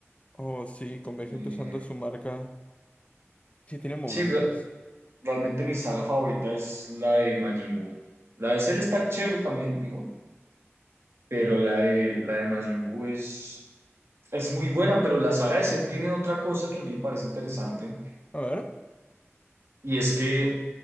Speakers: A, on the left; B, on the right.
A: Oh, sí, con Vegeta
B: Eh,
A: usando su marca. Sí, tiene momentos.
B: sí, re- realmente mi saga favorita es la de Majin Buu. La de Cell está chévere también, digo, pero la de, la de Majin Buu es, es muy buena, pero la saga de Cell tiene otra cosa que a mí me parece interesante,
A: A ver.
B: y es que